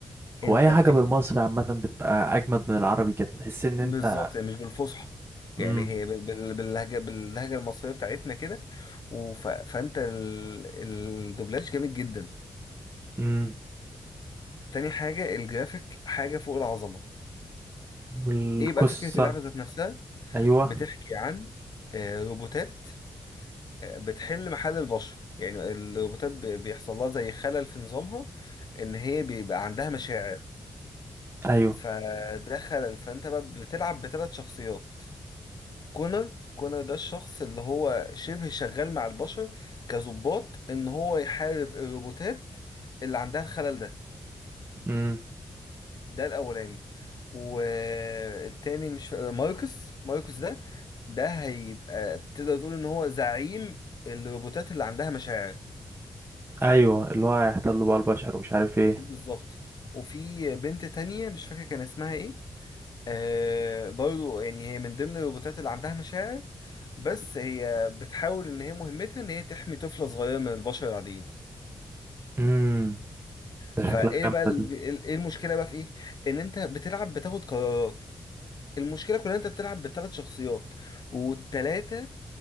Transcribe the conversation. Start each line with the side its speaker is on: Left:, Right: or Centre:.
Left: انت
Right: هو اي حاجة
Left: بتك...
Right: بالمصري عامة بتبقى اجمد من العربي كده تحس ان انت
Left: بالظبط يعني مش بالفصحى يعني
Right: امم
Left: هي بال... بال- باللهجه باللهجه المصريه بتاعتنا كده وف... فانت ال... الدوبلاج جامد جدا
Right: امم
Left: تاني حاجه الجرافيك حاجه فوق العظمه
Right: والقصة
Left: ايه بقى فكره اللعبه ذات نفسها
Right: ايوه
Left: بتحكي عن آه، روبوتات بتحل محل البشر يعني الروبوتات بي- بيحصل لها زي خلل في نظامها ان هي بيبقى عندها مشاعر
Right: ايوه
Left: فده خلل فانت بقى بتلعب بثلاث شخصيات كونر كونر ده الشخص اللي هو شبه شغال مع البشر كظباط ان هو يحارب الروبوتات اللي عندها الخلل ده
Right: امم
Left: ده الاولاني والتاني مش فا- ماركوس ماركوس ده ده هيبقى تقدر تقول ان هو زعيم الروبوتات اللي عندها مشاعر
Right: ايوه اللي هو هيحتلوا بقى البشر ومش عارف ايه
Left: بالظبط وفي بنت تانية مش فاكر كان اسمها ايه آه برضو يعني هي من ضمن الروبوتات اللي عندها مشاعر بس هي بتحاول ان هي مهمتها ان هي تحمي طفلة صغيرة من البشر العاديين
Right: امم ده
Left: فايه
Right: شكلها جامدة
Left: بقى ال-
Right: دي
Left: ال- ايه المشكلة بقى في ايه ان انت بتلعب بتاخد قرارات المشكلة كلها إن انت بتلعب بثلاث شخصيات والتلاتة